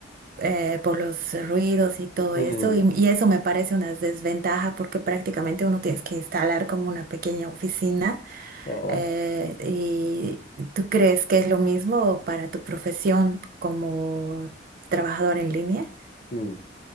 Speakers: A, on the right (about 50°); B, on the left (about 50°).
A: eh, por los ruidos y todo
B: Mm,
A: eso, y, y eso me parece una desventaja porque prácticamente uno tienes que instalar como una pequeña oficina.
B: no,
A: eh, ¿y tú crees que es lo mismo para tu profesión como trabajador en línea?
B: mm.